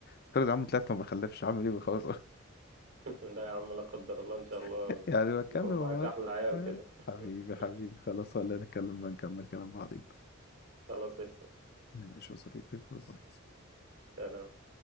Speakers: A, on the left; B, on the right.
A: افترض يا عم طلعت ما بخلفش عامل ايه بخمس اوض
B: لا يا عم لا قدر الله ان شاء الله
A: <laughs> يعني بتكلم
B: يكون معاك
A: عمال
B: احلى عيال
A: آه،
B: كده <laughs>
A: حبيبي حبيبي خلاص ولا نتكلم بقى نكمل كلام بعضين
B: خلاص قشطه
A: ماشي يا صديقي باي باي
B: سلام.